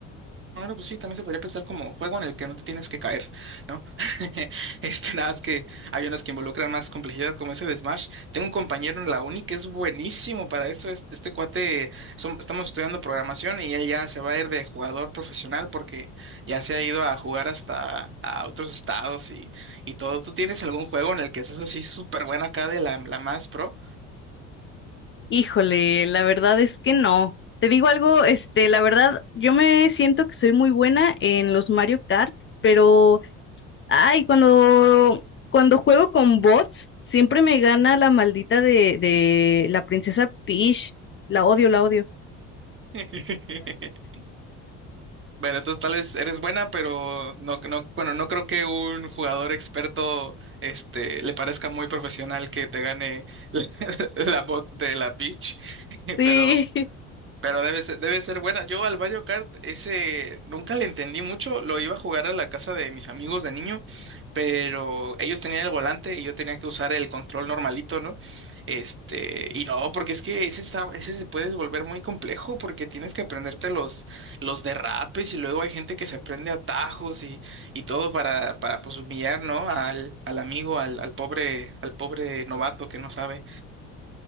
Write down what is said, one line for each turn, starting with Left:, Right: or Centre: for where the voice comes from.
Right: Bueno, pues sí, también se podría pensar como juego en el que no te tienes que caer, ¿no? <laughs> Este, nada más que hay unos que involucran más complejidad, como ese de Smash. Tengo un compañero en la uni que es buenísimo para eso. es- Este, cuate, som- estamos estudiando programación y él ya se va a ir de jugador profesional porque ya se ha ido a jugar hasta a otros estados y, y todo. ¿Tú tienes algún juego en el que seas así súper buena acá de la, la más pro?
Left: Híjole, la verdad es que no. Te digo algo, este, la verdad, yo me siento que soy muy buena en los Mario Kart, pero, ay, cuando, cuando juego con bots, siempre me gana la maldita de, de la princesa Peach. La odio, la odio.
Right: <laughs> Bueno, entonces tal vez eres buena, pero no, no, bueno, no creo que un jugador experto, este, le parezca muy profesional que te gane la, <laughs> la bot de la pitch. <laughs>
Left: Sí,
Right: Pero
Left: <laughs>
Right: pero debe ser, debe ser buena. Yo al Mario Kart ese nunca le entendí mucho. Lo iba a jugar a la casa de mis amigos de niño, pero ellos tenían el volante y yo tenía que usar el control normalito, ¿no? Este, y no, porque es que ese está, ese se puede volver muy complejo porque tienes que aprenderte los, los derrapes y luego hay gente que se aprende atajos y, y todo para, para pues humillar, ¿no? Al, al amigo, al, al pobre, al pobre novato que no sabe.